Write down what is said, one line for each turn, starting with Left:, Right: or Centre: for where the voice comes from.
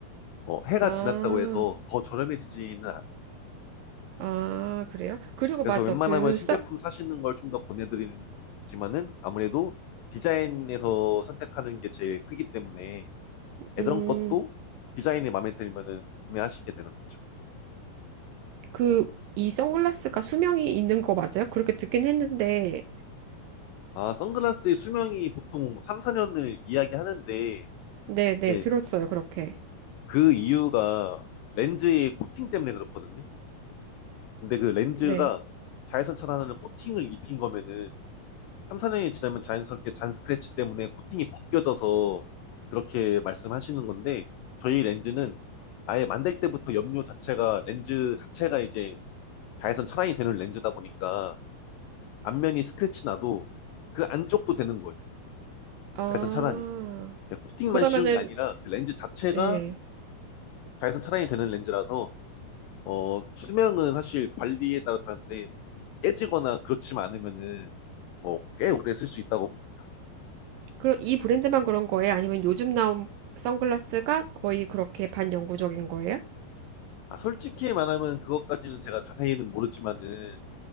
Left: 어, 해가
Right: 아,
Left: 지났다고 해서 더 저렴해지지는 않아요.
Right: 아, 그래요? 그리고
Left: 그래서
Right: 맞아.
Left: 웬만하면
Right: 그
Left: 신제품
Right: 써,
Left: 사시는 걸 좀 더 권해드리지만은 아무래도 디자인에서 선택하는 게 제일 크기 때문에 예전
Right: 음.
Left: 것도 디자인이 마음에 들면은 구매하시게 되는 거죠.
Right: 그, 이 선글라스가 수명이 있는 거 맞아요? 그렇게 듣긴 했는데,
Left: 아, 선글라스의 수명이 보통 3, 4년을 이야기하는데,
Right: 네, 네,
Left: 이제
Right: 들었어요, 그렇게.
Left: 그 이유가 렌즈의 코팅 때문에 그렇거든요. 근데 그 렌즈가
Right: 네.
Left: 자외선 차단하는 코팅을 입힌 거면은 3, 4년이 지나면 자연스럽게 잔 스크래치 때문에 코팅이 벗겨져서 그렇게 말씀하시는 건데, 저희 렌즈는 아예 만들 때부터 염료 자체가 렌즈 자체가 이제 자외선 차단이 되는 렌즈다 보니까 앞면이 스크래치 나도 그 안쪽도 되는 거예요.
Right: 아,
Left: 자외선 차단이. 그냥 코팅만
Right: 그러면은,
Left: 씌운 게 아니라 그 렌즈 자체가
Right: 예.
Left: 자외선 차단이 되는 렌즈라서 어 수명은 사실 관리에 따라 다른데 깨지거나 그렇지만 않으면은 어, 꽤 오래 쓸 수 있다고 봅니다.
Right: 그럼 이 브랜드만 그런 거예요? 아니면 요즘 나온 선글라스가 거의 그렇게 반영구적인 거예요?
Left: 아 솔직히 말하면 그것까지는 제가 자세히는 모르지만은